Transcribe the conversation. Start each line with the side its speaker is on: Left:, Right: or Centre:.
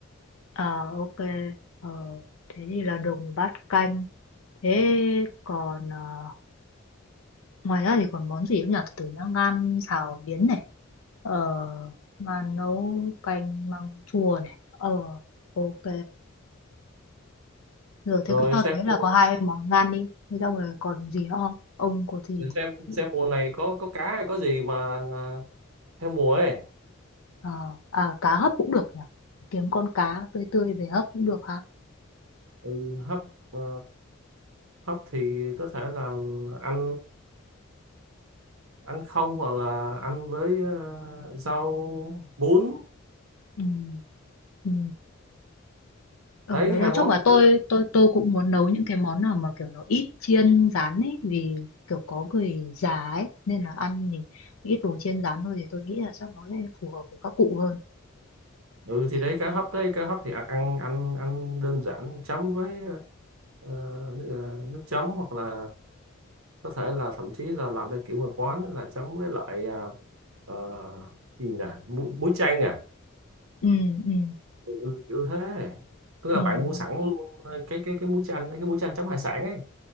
Left: ờ, ok ờ, thế thì là được một bát canh thế còn ờ, ngoài ra thì còn món gì cũng nhỉ từ từ nhá ngan xào miến này ờ mà nấu canh măng chua này ờ ok rồi thế
Right: rồi
Left: cứ cho
Right: xem
Left: thế là
Right: mua
Left: có hai món ngan đi thế xong rồi còn gì nữa không ông có gì
Right: xem
Left: thì-
Right: xem mùa này có có cá hay có gì mà ờ, theo mùa ấy
Left: ờ à cá hấp cũng được nhỉ kiếm con cá tươi tươi về hấp cũng được ha
Right: ừ, hấp ờ, khóc thì có thể là ăn ăn không hoặc là ăn với ờ, rau bún
Left: ừ ừ ở
Right: đấy
Left: đấy
Right: hai
Left: nói chung
Right: món
Left: là
Right: thì
Left: tôi
Right: đấy.
Left: tôi tôi cũng muốn nấu những cái món nào mà kiểu nó ít chiên rán ấy vì kiểu có người già ấy nên là ăn thì ít đồ chiên rán thôi thì tôi nghĩ là chắc nó sẽ phù hợp với các cụ hơn
Right: ừ
Left: nhỉ.
Right: thì đấy cá hấp đấy cá hấp thì ăn ăn ăn, ăn đơn giản chấm với ờ, nước, ờ, nước chấm hoặc là có thể là thậm chí là làm theo kiểu mà quán ấy là chấm với lại ờ, ờ, gì nhỉ muối, muối chanh à
Left: ừ ừ
Right: ừ, kiểu thế tức là
Left: ừ
Right: bạn mua sẵn luôn ờ, cái cái cái muối chanh cái muối chanh chấm hải sản ấy